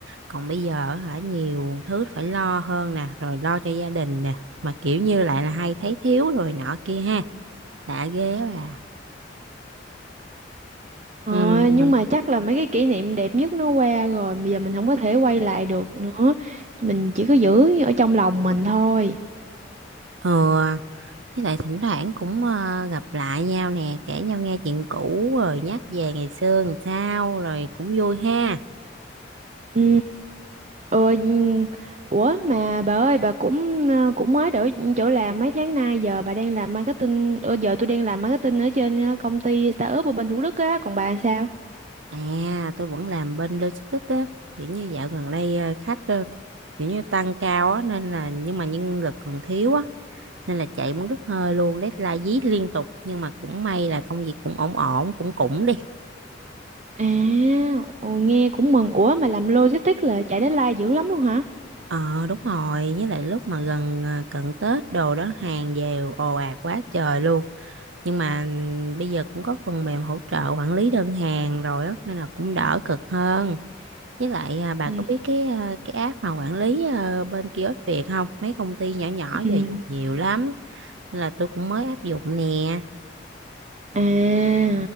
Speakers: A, on the right; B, on the right.
A: còn bây giờ hả nhiều thứ phải lo hơn nè rồi lo cho gia đình nè mà kiểu như lại là hay thấy thiếu rồi nọ kia ha đã ghê á bà
B: ờ,
A: ừ
B: nhưng mà chắc là mấy cái kỷ niệm đẹp nhất nó qua rồi bây giờ mình không có thể quay lại được nữa mình chỉ có giữ ở trong lòng mình thôi
A: ừ với lại thỉnh thoảng cũng ờ, gặp lại nhau nè kể nhau nghe chuyện cũ rồi nhắc về ngày xưa làm sao rồi cũng vui ha
B: ừ Ừ, nhưng- ủa mà bà ơi bà cũng ờ, cũng mới đổi chỗ làm mấy tháng nay giờ bà đang làm marketing ờ, giờ tôi đang làm marketing ở trên ờ, công ty startup ở bên Thủ Đức á còn bà sao?
A: à tôi vẫn làm bên logistics á kiểu như dạo gần đây ờ, khách ờ, kiểu như tăng cao á nên là nhưng mà nhân lực còn thiếu á nên là chạy muốn đứt hơi luôn deadline dí liên tục nhưng mà cũng may là công việc cũng ổn ổn cũng cũng đi
B: À, ồ, nghe cũng mừng. Ủa mà làm logistics là chạy deadline dữ lắm luôn hả?
A: ờ đúng rồi với lại lúc mà gần à, cận Tết đồ đó hàng về ồ ạt quá trời luôn nhưng mà ừ, bây giờ cũng có phần mềm hỗ trợ quản lý đơn hàng rồi á nên là cũng đỡ cực hơn với lại à, bà
B: Ừ.
A: có biết cái à, cái app mà quản lý à, bên kiosk Việt không mấy công ty nhỏ nhỏ
B: Ừ.
A: giờ dùng nhiều lắm nên là tôi cũng mới áp dụng nè
B: À,